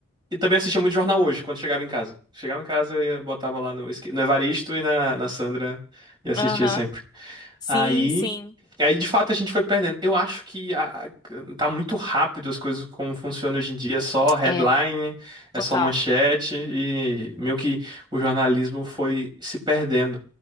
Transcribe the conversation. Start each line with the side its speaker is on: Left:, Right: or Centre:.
Right: E também assistia muito jornal hoje, quando chegava em casa. Chegava em casa, eu ia- botava lá no, esqui- no Evaristo e na, na Sandra e assistia
Left: aham.
Right: sempre.
Left: Sim,
Right: Aí,
Left: sim.
Right: aí de fato a gente foi perdendo. Eu acho que a- a- tá muito rápido as coisas como funciona hoje em dia, é só headline,
Left: É, total.
Right: é só manchete e meio que o jornalismo foi se perdendo.